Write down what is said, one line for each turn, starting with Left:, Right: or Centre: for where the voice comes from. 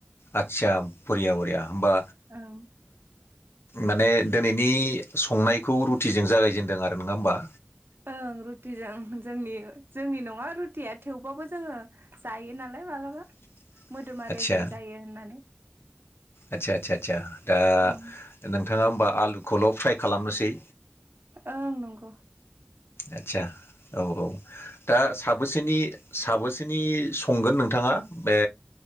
Left: आच्चा बरिया बरिया। होनबा
Right: ओं
Left: माने दोनैनि संनायखौ रुटिजों जागायजेनदों आरो नङा होमबा?
Right: ओं रुटिजों जोंनि जोंनि नङा रुटिया थेवबाबो जोङो जायो नालाय मालाबा।
Left: <inaudible>
Right: मोदोमा
Left: आदसा
Right: रेजें जायो होननानै।
Left: आदसा आदसा आदसा। दा
Right: ओं
Left: नोंथाङा होमबा आलुखौल' फ्राय खालामनोसै?
Right: ओं नंग'।
Left: आदचा औ औ। दा साबोसेनि साबोसेनि संगोन नोंथाङा बे